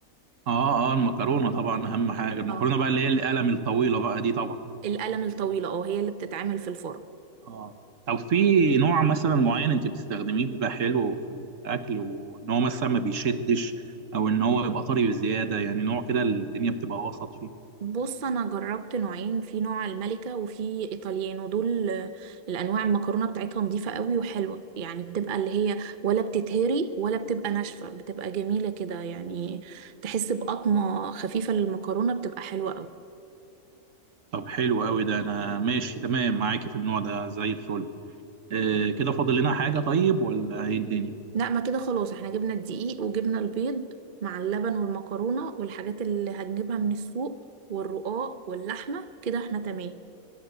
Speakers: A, on the right; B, on the right.
A: اه اه المكرونه طبعا اهم حاجه المكرونه
B: اه
A: بقى اللي هي القلم الطويله بقى دي طبعا
B: القلم الطويلة اه هي اللي بتتعمل في الفرن
A: اه طب في نوع مثلا معين انت بتستخدميه بيبقى حلو في الاكل وان هو مثلا ما بيشدش او ان هو يبقى طري بزياده يعني نوع كده اللي الدنيا بتبقى وسط فيه
B: بص أنا جربت نوعين في نوع الملكة وفي إيطاليانو دول آه، الأنواع المكرونة بتاعتها نظيفة قوي وحلوة يعني بتبقى اللي هي ولا بتتهري ولا بتبقى ناشفة بتبقى جميلة كده يعني تحس بقطمة خفيفة للمكرونة بتبقى حلوة قوي
A: طب حلو قوي ده انا ماشي تمام معاكي في النوع ده زي الفل آه كده فاضل لنا حاجه طيب ولا ايه الدنيا
B: لا ما كده خلاص احنا جبنا الدقيق وجبنا البيض مع اللبن والمكرونة والحاجات اللي هنجيبها من السوق والرقاق واللحمة كده احنا تمام